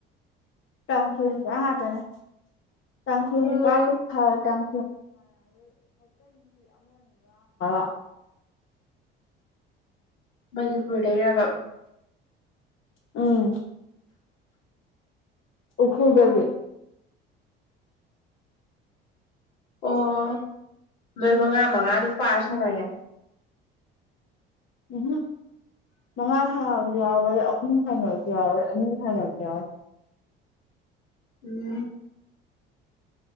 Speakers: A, on the left; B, on the left.
A: ꯇꯥꯡꯈꯨꯟ ꯍꯥ ꯉꯥꯇꯅꯦ ꯇꯥꯡꯈꯨꯟ
B: ꯎꯝ
A: ꯀꯨꯋꯥꯠ ꯇꯨ ꯐꯔ ꯇꯪ <unintelligible>
B: ꯃꯅꯤꯄꯨꯔꯗꯩ ꯔꯕꯥ
A: ꯎꯝ ꯎ꯭ꯔꯈꯨꯜ
B: ꯎꯝ
A: ꯗꯒꯤ
B: ꯑꯣ ꯅꯣꯏ ꯃꯉꯥ ꯃꯉꯥ ꯑꯗꯨꯝ ꯄꯥꯔ ꯁꯥꯟꯅꯔꯦ
A: ꯎꯝ ꯍꯨꯝ ꯃꯉꯥ ꯁꯥꯅꯕꯖꯨ ꯌꯥꯎꯋꯦ ꯑ ꯑꯍꯨꯝ ꯁꯟꯅꯕꯁꯨ ꯌꯥꯎꯑꯦ ꯑꯅꯤ ꯁꯟꯕꯖꯨ ꯌꯥꯎꯑꯦ
B: ꯎꯝ